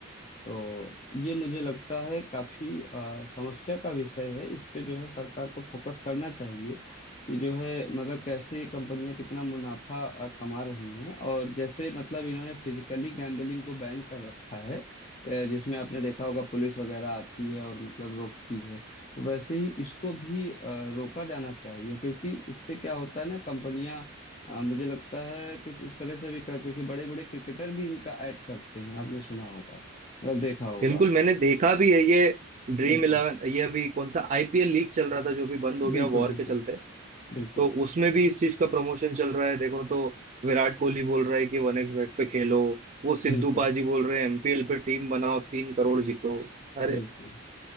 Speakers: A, on the left; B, on the right.
A: तो ये मुझे लगता है काफी अ, समस्या का विषय है इस पे जो है सरकार को फोकस करना चाहिए कि जो है मतलब कैसे ये कंपनियां कितना मुनाफा अ, कमा रही हैं और जैसे मतलब इन्होंने फिजिकली गैम्बलिंग को बैन कर रखा है अ, जिसमें आपने देखा होगा पुलिस वगैरह आती है और मतलब रोकती है तो वैसे ही इसको भी अ, रोका जाना चाहिए क्योंकि इससे क्या होता है ना कंपनियां अ, मुझे लगता है कुछ इस तरह से भी कर क्योंकि बड़े बड़े क्रिकेटर भी इनका ऐड करते हैं आपने सुना होगा मतलब देखा होगा
B: बिल्कुल मैंने देखा भी है ये ड्रीम
A: बिल्कुल
B: इलेवन ये अभी कौन सा आईपीएल लीग चल रहा था जो भी बंद हो
A: बिल्कुल
B: गया वॉर
A: बिल्कुल
B: के चलते
A: बिल्कुल
B: तो उसमें भी इस चीज का प्रमोशन चल रहा है देखो तो विराट कोहली बोल रहा है कि वन एक्स बेट पे खेलो वो सिद्धू
A: बिल्कुल
B: पाजी बोल रहे हैं एमपीएल पे टीम बनाओ तीन करोड़ जीतो अरे
A: बिल्कुल